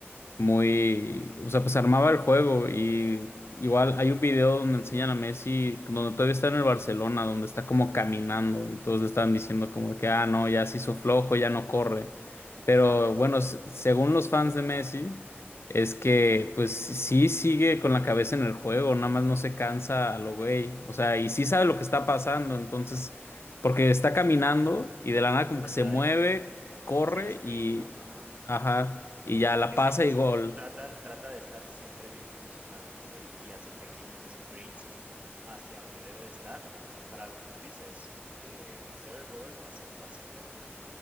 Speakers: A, on the left (about 70°); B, on the right (about 30°).
A: muy, o sea, pues armaba el juego y
B: Ujú,
A: igual hay un video donde enseñan a Messi, donde todavía está en el Barcelona, donde está como caminando y todos le estaban diciendo como de que, ah, no, ya se hizo flojo, ya no corre.
B: ujú.
A: Pero
B: Ah,
A: bueno,
B: sí,
A: se- según los fans de Messi, es que pues sí sigue con la cabeza en el juego, nada más no se cansa a lo güey, o sea, y sí sabe
B: sí.
A: lo que está pasando, entonces, porque está caminando y de la nada como
B: Pero
A: que
B: está
A: se mueve,
B: de que
A: corre
B: hace el sprint,
A: y...
B: ¿no? Ajá.
A: Ajá y ya
B: Como
A: la
B: que
A: pasa
B: siempre
A: y
B: es-
A: gol.
B: trata, trata de estar siempre bien posicionado, ¿no? Y, y hace pequeños sprints hacia donde debe de estar para lo que tú dices, eh, o hacer el gol o hacer pase a gol, ¿no?